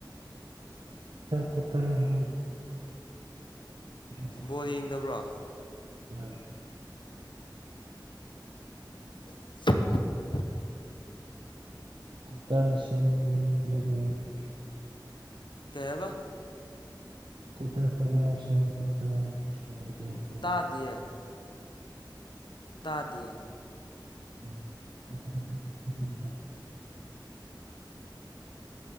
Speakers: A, on the right; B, on the left.
A: ꯀꯣꯠꯇ ꯍ <unintelligible>
B: ꯕꯣꯜ ꯌꯦꯡꯗꯕ꯭ꯔꯣ?
A: ꯍ <unintelligible> <inaudible>
B: <inaudible>
A: ꯀꯨꯀꯔ ꯃꯦꯁꯤꯟ ꯂꯩꯅꯤꯡꯏ
B: ꯀꯩ ꯍꯥꯏꯕ
A: ꯀ ꯇꯔ ꯐꯁꯤꯡ <unintelligible>
B: ꯇꯥꯗꯦꯌ° ꯇꯥꯗꯦ꯫
A: <unintelligible> <inaudible>